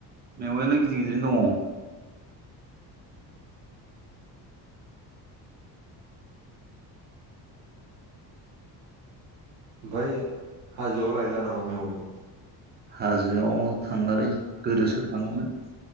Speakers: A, on the right; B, on the right.
A: मैगंआालाय गिदिर गिदिरनो दङ।
B: ओमफ्राय हाजोआव लायला नामा मेवाइखौ
A: हाजोआव थांलालै गोदोसो थाङोमोन।